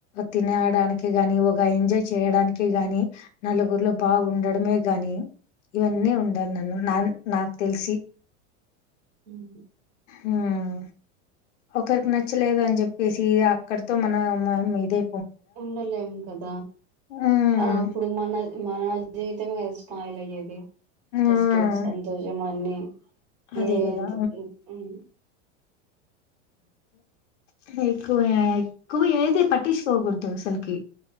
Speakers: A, on the left (about 80°); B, on the right (about 40°).
A: తినడానికి గాని ఒక ఎంజాయ్ చేయడానికి గాని నలుగురిలో బాగుండడమే గాని ఇవన్నీ ఉండాలి నాన్న నాన్ నాకు తెలిసి
B: మ్మ్
A: మ్మ్ ఒకరికి నచ్చలేదు అని చెప్పేసి అక్కడితో మన ఇదే
B: ఉండలేము కద
A: హ్మ్
B: ఆ అప్పుడు మన మన జీవితం స్పాయిల్ అయ్యేది ఫస్ట్
A: ఆ
B: సంతోషమాన్ <unintelligible>
A: అదే కదా కేకు ఎక్కువ ఏది పటిించకోకూడదుసలుకి